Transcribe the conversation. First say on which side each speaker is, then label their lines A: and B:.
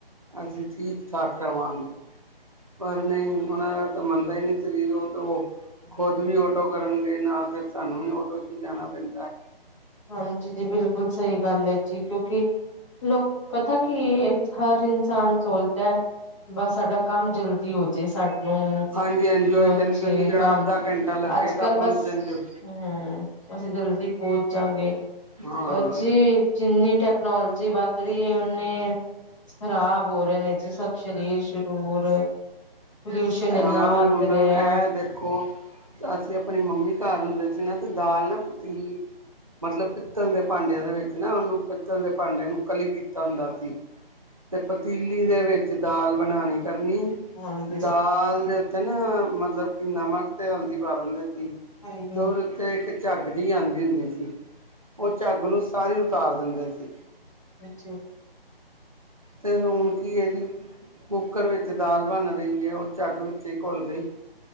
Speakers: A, on the right; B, on the left.
A: ਅਸੀਂ ਠੀਕ- ਠਾਕ ਰਹਾਂਗੇ ਪਰ ਨਹੀਂ ਉਹਨਾਂ ਦਾ ਤਾਂ ਮੰਨਦਾ ਹੀ ਨਹੀਂ ਸਰੀਰ ਉਹ ਤੇ ਉਹ ਖੁਦ ਵੀ ਆਟੋ ਕਰਨਗੇ ਨਾਲ ਫਿਰ ਸਾਨੂੰ ਵੀ ਆਟੋ 'ਚ ਹੀ ਜਾਣਾ ਪੈਂਦਾ
B: ਹਾਂਜੀ ਜੀ ਬਿਲਕੁਲ ਸਹੀ ਗੱਲ ਹੈ ਜੀ ਕਿਉਂਕਿ ਲੋਕ ਪਤਾ ਕੀ ਹਰ ਇਨਸਾਨ ਸੋਚਦਾ ਹੈ ਬਸ ਸਾਡਾ ਕੰਮ ਜਲਦੀ ਹੋਜੇ ਸਾਨੂੰ
A: ਹਾਂਜੀ ਹਾਂਜੀ
B: ਹੋਛੀ
A: ਉਹੀ ਕਹਿੰਦੀ ਕਹਿੰਦੀ ਜਿਹੜਾ
B: ਕੰਮ
A: ਅੱਧਾ ਘੰਟਾ ਲੱਗੇਗਾ
B: ਅਜ ਕਲ
A: ਪਹੁੰਚਣ
B: ਬਸ
A: 'ਚ
B: ਹਮ ਅਸੀਂ ਜਲਦੀ ਪਹੁੰਚ ਜਾਂਗੇ
A: ਹਾਂ
B: ਪਰ ਜੀ ਜਿੰਨੀ ਟੈਕਨੋਲੋਜੀ ਵਧ ਰਹੀ ਹੈ ਉਨੇ ਖ਼ਰਾਬ ਹੋ ਰਹੇ ਨੇ ਜੀ ਸਭ ਸਰੀਰ ਸ਼ਰੂਰ ਪੋਲਿਊਸ਼ਨ ਇੰਨਾ
A: ਹਾਂ
B: ਵੱਧ
A: ਹੁਣ
B: ਰਿਹਾ।
A: ਇਹ ਦੇਖੋ ਅਸੀਂ ਆਪਣੀ ਮੰਮੀ ਘਰ ਹੁੰਦੇ ਸੀ ਨਾ ਤੇ ਦਾਲ ਨਾ ਪਤੀਲੀ ਮਤਲਬ ਪਿੱਤਲ ਦੇ ਭਾਂਡਿਆਂ ਦੇ ਵਿੱਚ ਨਾ ਉਹਨੂੰ ਪਿੱਤਲ ਦੇ ਭਾਂਡੇ ਨੂੰ ਕਲੀ ਕੀਤਾ ਹੁੰਦਾ ਸੀ ਤੇ ਪਤੀਲੀ ਦੇ ਵਿੱਚ ਦਾਲ ਬਣਾਉਣੀ ਕਰਨੀ
B: ਹਾਂਜੀ ਹਾਂਜੀ
A: ਦਾਲ ਦੇ ਉੱਤੇ ਨਾ ਮਤਲਬ ਕਿ ਨਮਕ ਤੇ ਹਲਦੀ ਪਾ ਲਿੰਦੇ ਸੀ
B: ਹਾਂਜੀ
A: <inaudible> <inaudible> ਝੱਗ ਜਿਹੀ ਆਉਂਦੀ ਹੁੰਦੀ ਸੀ ਉਹ ਝੱਗ ਨੂੰ ਸਾਰੀ ਉਤਾਰ ਦਿੰਦੇ ਸੀ
B: ਅੱਛਾ
A: ਅਤੇ ਹੁਣ ਕੀ ਇਹਦੀ <unintelligible> ਕੁੱਕਰ ਵਿੱਚ ਦਾਲ ਬਣ ਰਹੀ ਹੈ ਉਹ ਝੱਗ ਵਿੱਚ ਹੀ ਘੁਲ ਗਈ